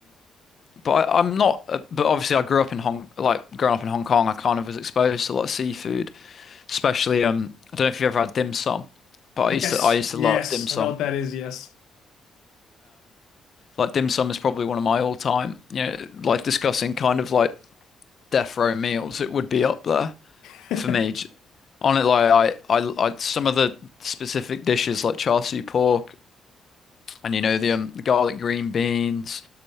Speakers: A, on the left; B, on the left.
A: But I, I'm not. uh, But obviously, I grew up in Hong, like growing up in Hong Kong, I kind of was exposed to a lot of seafood, especially. Um, I don't know if you've ever had dim sum, but I used
B: Yes,
A: to. I used
B: yes,
A: to love dim sum.
B: I know what that is. Yes.
A: Like dim sum is probably one of my all-time. You know, like discussing kind of like death row meals, it would be up there
B: <laughs>
A: for me. J- On it, like I, I, I, some of the specific dishes like char siu pork, and you know the um, the garlic green beans